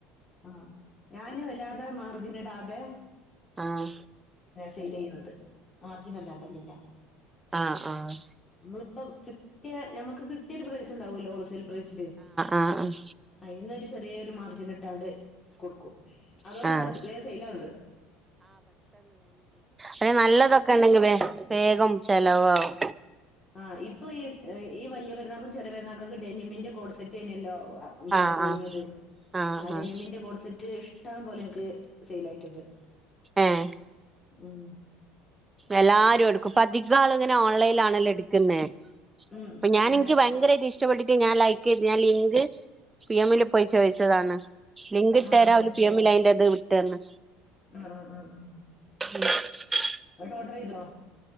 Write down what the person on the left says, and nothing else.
ആഹ് ഞാനും എല്ലാതെ മാർജിനിടാതെ.
സെയില് ചെയ്യുണത് മാർജിൻ അല്ലാതെ ഇടല്ലില്ല
നമ്മളിപ്പ കി ട്ടിയ നമുക്ക് കിട്ടിയൊരു പ്രൈസുണ്ടാവല്ലോ ഹോൾ സെയിൽ പ്രൈസ്. ഇല്ലേ
അയീന്നൊരു ചെറിയൊരു മാർജിന് ട്ട് കൊടുക്കും അതോണ്ട് എന്താന്ന്
അറിയുമോ വേഗം സെയിൽ ആകു ന്നുണ്ട്.
ആഹ് ഇപ്പ ഈ എ ഈ ഈ വല്യ പെരുന്നാക്കും ചെറിയ പെരുന്നാക്കും ഒക്കെ ഡിന്നിമിന്റെ കോഡ് സെറ്റ് അയിനാല്ലോ. വാ പിന്നെ
പൊയിഞ്ഞത്
ആ ഡെനിമിന്റെ
കോഡ്സെറ്റ് ഇഷ്ടം പോലെ എൻക്ക് സെയിലായിട്ടുണ്ട്
ഉം
ഉം
അതെ
ആഹ്
ആ ആ ആ ആഹ്
വൈട്ട് ഓട്ര് എയ്തോ